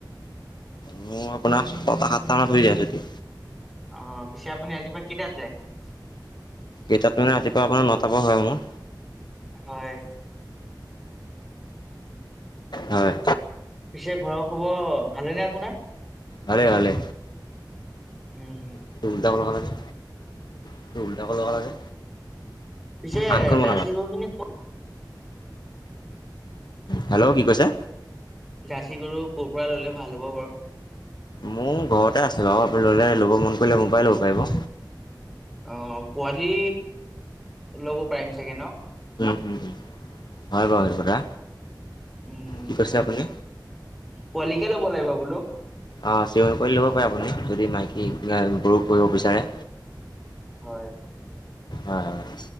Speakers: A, on the left; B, in the centre.
A: মই আপোনাৰ ছটা সাতটা মানত হৈ যাই চুটি।
B: অহ, পিছে আপুনি ৰাতিপুৱা কেইটাত যায়?
A: কেইটাত মানে ৰাতিপুৱা আপোনাৰ নতাপা হয় মোৰ।
B: হয়।
A: হয়।
B: পিছে ঘৰৰ খবৰ ভালে নে আপোনাৰ?
A: ভালে ভালে।
B: উম,
A: এইটো উল্টাকে লগালা যে? এইটো উলটাকে লগালা যে?
B: পিছে
A: আনখন বনাবা।
B: জাৰ্চী গৰু খিনি ক
A: হেল্ল' কি কৈছে?
B: জাৰ্চি গৰু ক'ৰ পৰা ললে ভাল হ'ব বাৰু?
A: মোৰ ঘৰতে আছে বাৰু আপুনি ললে ল'ব মন কৰিলে মোৰ পৰাই ল'ব পাৰিব।
B: অ' পোৱালি লব পাৰিম চাগে ন'।
A: উম উম, হয় বাৰু হেইটো কথা,
B: উম,
A: কি কৈছে আপুনি?
B: পোৱালিকে ল'ব লাগিব বোলো।
A: অ' চিউনি পোৱালি ল'ব পাৰে আপুনি, যদি মাইকী গৰুক কৰিব বিচাৰে।
B: হয়,
A: হয় হয়।